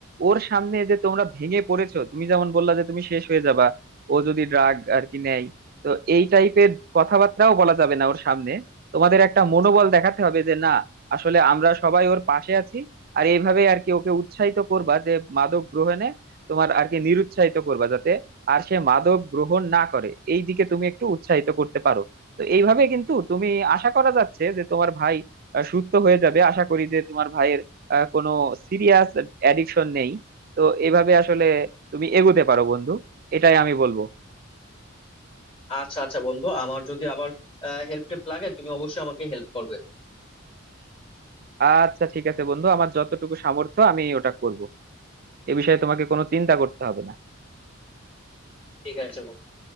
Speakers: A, on the right (about 45°); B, on the left (about 25°).
A: ওর সামনে যে তোমরা ভেঙে পড়েছো তুমি যেমন বললা যে তুমি শেষ হয়ে যাবা ও যদি ড্রাগ আর কি নেয় তো এই টাইপের কথাবার্তাও বলা যাবে না ওর সামনে তোমাদের একটা মনোবল দেখাতে হবে যে না আসলে আমরা সবাই ওর পাশে আছি আর এইভাবে আর কি ওকে উৎসাহিত করবা যে মাদক গ্রহণে তোমার আর কি নিরুৎসাহিত করবা যাতে আর সে মাদক গ্রহণ না করে এই দিকে তুমি একটু উৎসাহিত করতে পারো তো এইভাবে কিন্তু তুমি আশা করা যাচ্ছে যে তোমার ভাই আহ, সুস্থ হয়ে যাবে আশা করি যে তোমার ভাইয়ের আহ, কোনো সিরিয়াস অ্যাডিকশন নেই তো এইভাবে আসলে তুমি এগোতে পারো বন্ধু এটাই আমি বলবো
B: আচ্ছা আচ্ছা বন্ধু আমার যদি আবার হেল্প টেল্প লাগে তুমি অবশ্যই আমাকে হেল্প করবে
A: আচ্ছা ঠিক আছে বন্ধু আমার যতটুকু সামর্থ্য আমি ওটা করব এ বিষয়ে তোমাকে কোনো চিন্তা করতে হবে না
B: ঠিক আছে বন্ধু